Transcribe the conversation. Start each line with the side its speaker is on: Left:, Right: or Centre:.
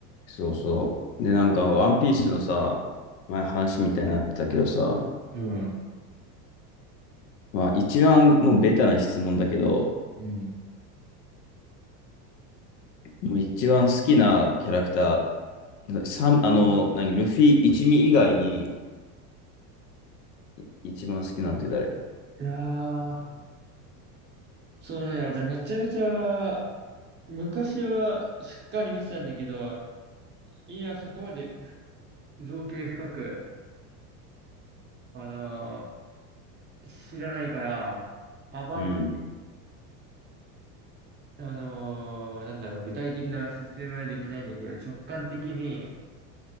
Left: そうそう。で、なんか、ワンピースのさ、前話みたいになってたけどさ、
Right: うん。
Left: まあ、一番もうベタな質問だけど、
Right: うん。
Left: もう一番好きなキャラクター、サンあの、何、ルフィ、一味以外に、い一番好きなんて誰
Right: いやー、そのね、俺めちゃめちゃ、昔はしっかり見てたんだけど、いや、そこまで造形深く、あのー知らないから、あまり、
Left: うん、
Right: あのーなんだろう、具体的な説明はできないんだけど、直感的に、